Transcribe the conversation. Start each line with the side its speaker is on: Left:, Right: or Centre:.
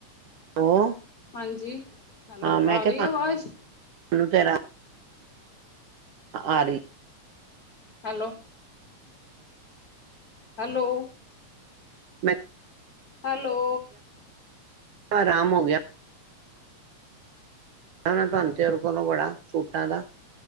Right: ਉਹ
Left: ਹਾਂਜੀ ਹੈਲੋ
Right: ਹਾਂ ਮੈਂ
Left: ਆ
Right: ਕਿਹਾ
Left: ਰਹੀ ਅਵਾਜ਼?
Right: ਤੇਰਾ ਆ ਰਹੀ।
Left: ਹੈਲੋ। ਹੈਲੋ।
Right: ਮੈਂ
Left: ਹੈਲੋ।
Right: ਆਰਾਮ ਹੋ ਗਿਆ। ਤੁਹਾਨੂੰ ਤੇਰੇ ਕੋਲੋਂ ਬੜਾ ਸੂਟਾਂ ਦਾ